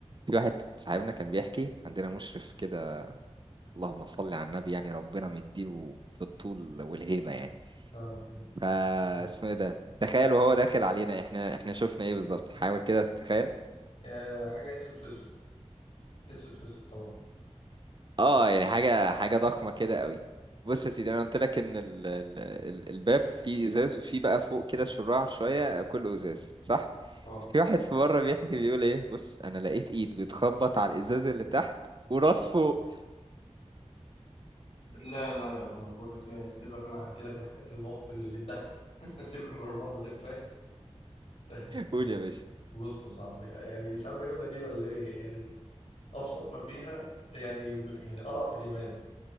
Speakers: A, on the right (about 45°); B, on the left (about 70°).
A: في واحد صاحبنا كان بيحكي عندنا مشرف كده اللهم صل على النبي يعني ربنا مديله في الطول والهيبة يعني
B: آه.
A: فا
B: آه.
A: اسمه ايه ده تخيل وهو داخل علينا احنا احنا شفنا ايه بالظبط حاول كده تتخيل
B: آه، حاجة أسود في أسود أسود في أسود طبعا
A: اه يعني حاجة حاجة ضخمة كده قوي بص يا سيدي انا قلت لك ان ال ال ال الباب فيه ازاز وفيه بقى فوق كده شراع شوية كله ازاز صح
B: اه
A: في واحد في بره بيحكي بيقول ايه بص انا لقيت ايد بتخبط على الازاز اللي تحت وراس فوق
B: لا لا يا عم بقول لك ايه سيبك انا هحكي لك من حكايات المواقف اللي بتضحك <laughs> سيبك من الرعب ده كفايه <laughs>
A: قول يا باشا
B: بص يا صاحبي يعني مش عارف اجيب لك ايه ولا ايه يعني ابسط ما فيها يعني يعني اضعف الايمان